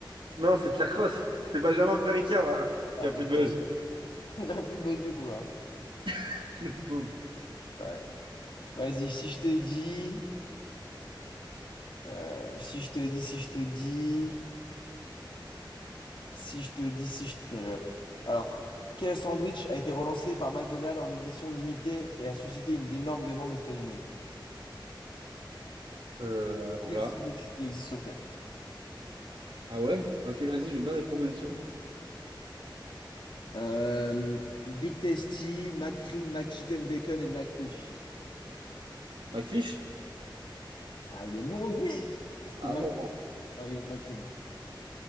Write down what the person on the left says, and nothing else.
Ah,
bah,
je
m'arrête.
<laughs> Il n'a plus de buzz du tout là.
Ouais. Vas-y, si je te dis. euh, si je te dis, si je te dis. Si je te dis si je... non, je rigole. Alors, quel sandwich a été relancé par McDonald's en édition limitée et a suscité une énorme demande aux États-Unis?
Pire
sandwich qui existe sur Terre.
Euh, Big Tasty, McRib, McChicken Bacon et McFish.
Ah, il est mauvais! C'était
Mac...
Mac- McRibs.